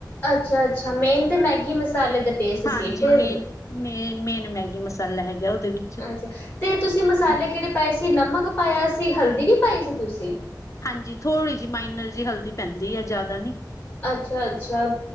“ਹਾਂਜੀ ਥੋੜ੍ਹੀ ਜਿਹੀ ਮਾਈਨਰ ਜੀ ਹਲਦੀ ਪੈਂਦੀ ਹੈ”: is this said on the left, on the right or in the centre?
Left